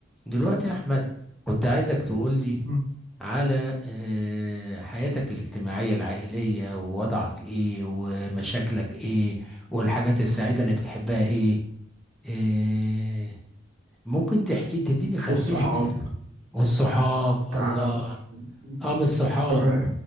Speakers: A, in the centre; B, on the right.
A: دلوقتي يا أحمد كنت عايزك تقولي
B: مم.
A: على آه، حياتك الاجتماعية العائلية ووضعك إيه ومشاكلك إيه والحاجات السعيدة اللي بتحبها إيه آه، ممكن تحكي تديني خلفية
B: والصحاب
A: كده والصحاب
B: تعالى
A: الله
B: ده. مم.
A: أم الصحاب
B: تمام